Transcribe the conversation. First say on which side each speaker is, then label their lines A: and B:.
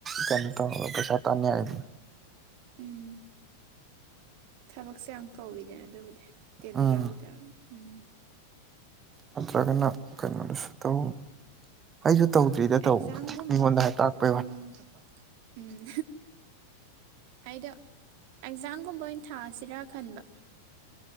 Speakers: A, on the right; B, on the right.
A: ꯀꯩꯅꯣ ꯇꯧꯔꯒ ꯄꯩꯁꯥ ꯇꯥꯟ ꯌꯥꯔꯦꯗꯅ
B: ꯎꯝ ꯊꯕꯛꯁꯦ ꯌꯥꯝ ꯀꯧꯏꯗꯅ ꯑꯗꯨꯕꯨꯗꯤ ꯇꯦꯜꯂꯤ
A: ꯎꯝ
B: ꯌꯥꯎꯗꯕ ꯎꯝ
A: ꯅꯠꯇ꯭ꯔꯒꯅ ꯀꯩꯅꯣꯗꯁꯨ ꯇꯧ ꯑꯩꯁꯨ ꯇꯧꯗ꯭ꯔꯤꯗ
B: ꯑꯦꯛꯖꯥꯝꯒꯨꯝꯕ
A: ꯇꯧꯕꯕꯨꯗꯤ ꯃꯤꯉꯣꯟꯗ ꯇꯥꯛꯄꯩ ꯋꯥꯅꯤ
B: ꯎꯝ ꯎꯝ ꯑꯩꯗꯣ ꯑꯦꯛꯖꯥꯝꯒꯨꯝꯕ ꯑꯣꯏꯅ ꯊꯥꯁꯤꯔꯥ ꯈꯟꯕ